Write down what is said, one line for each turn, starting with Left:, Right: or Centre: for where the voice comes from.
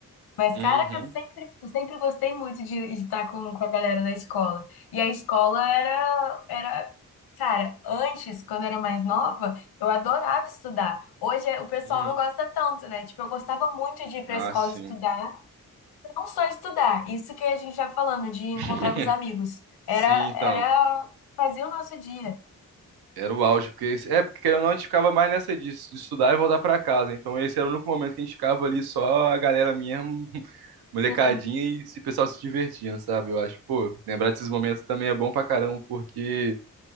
Left: Mas
Right: Uhum,
Left: caraca, eu sempre eu sempre gostei muito de, de estar com, com a galera da escola. E a escola era era Cara, antes, quando eu era mais nova, eu adorava estudar. Hoje eh, o pessoal
Right: uhum.
Left: não gosta tanto, né? Tipo, eu gostava muito de ir pra
Right: Ah,
Left: escola
Right: sim.
Left: estudar, não só estudar, isso que a gente tá falando, de encontrar
Right: <laughs>
Left: com os amigos.
Right: Sim,
Left: Era,
Right: então.
Left: era, fazia o nosso dia.
Right: Era o auge, porque... É, porque querendo ou não, a gente ficava mais nessa de de estudar e voltar pra casa. Então esse era o único momento que a gente ficava ali só a galera mesmo, <laughs> molecadinha
Left: Sim,
Right: e esse pessoal se divertindo, sabe? Eu acho, pô, lembrar desses momentos também é bom pra caramba, porque...